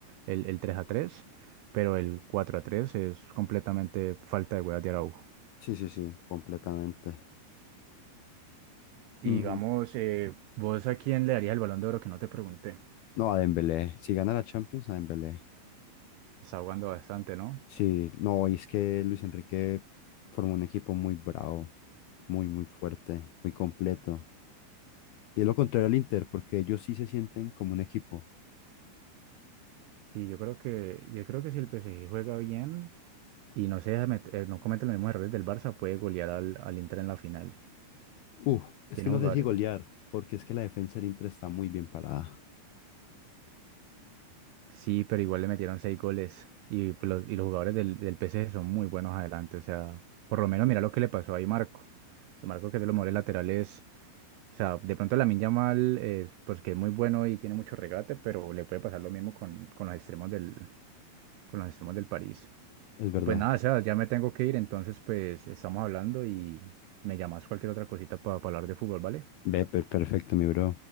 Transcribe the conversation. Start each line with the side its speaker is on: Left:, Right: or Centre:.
Right: el, el 3 a tres pero el 4 a 3 es completamente falta de huevas de Araujo.
Left: Sí, sí, sí, completamente.
Right: Y
Left: Mm,
Right: digamos, eh, ¿vos a quién le darías el Balón de Oro que no te pregunté?
Left: no, a Dembélé. Si gana la Champions, a Dembélé.
Right: Está jugando bastante, ¿no?
Left: Sí, no, y es que Luis Enrique formó un equipo muy bravo, muy, muy fuerte, muy completo. Y es lo contrario al Inter, porque ellos sí se sienten como un equipo.
Right: Sí, yo creo que, yo creo que si el PSG juega bien y no se deja met- eh, no comete los mismos errores del Barça, puede golear al, al Inter en la final.
Left: Uf, es
Right: Tiene
Left: que
Right: jugadores,
Left: no sé si golear, porque es que la defensa del Inter está muy bien parada.
Right: Sí, pero igual le metieron seis goles. Y, pues los, y los jugadores del, del P PSG son muy buenos adelante. O sea, por lo menos mira lo que le pasó ahí Marco. Y Marco que es de los mejores laterales. O sea, de pronto Lamine Yamal, eh, pues que es muy bueno y tiene mucho regate, pero le puede pasar lo mismo con, con los extremos del, con los extremos del París.
Left: Es verdad.
Right: Y pues nada, o sea, ya me tengo que ir, entonces pues estamos hablando y me llamas cualquier otra cosita para hablar de fútbol, ¿vale?
Left: Ve, per- perfecto, mi bro.